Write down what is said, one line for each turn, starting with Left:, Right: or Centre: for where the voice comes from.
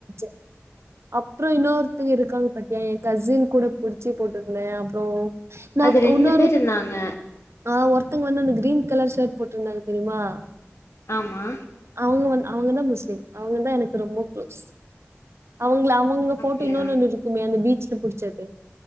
Right: <unintelligible> அப்புறோ இன்னொருத்தங்க இருக்காங்க பாத்தியா என் கசின் கூட புடிச்சி போட்டிருந்தே அப்புறோ நா
Left: அது ரெண்டு
Right: இன்னொருத்
Left: பேர் இருந்தாங்க
Right: நா ஒர்த் <unintelligible> வந்து அந்த க்ரீன் கலர் ஷட் போட்ருந்தாங்க தெரியுமா
Left: ஆமா
Right: அவங்க வந் அவங்கதா முஸ்லிம் அவங்க தா எனக்கு ரொம்ப க்ளோஸ் அவங்ள அவங்க ஃபோட்டோ
Left: அப்டியா
Right: இன்னொன் ஒண்ணு இருக்குமே அந்த பீச்ல புடிச்சது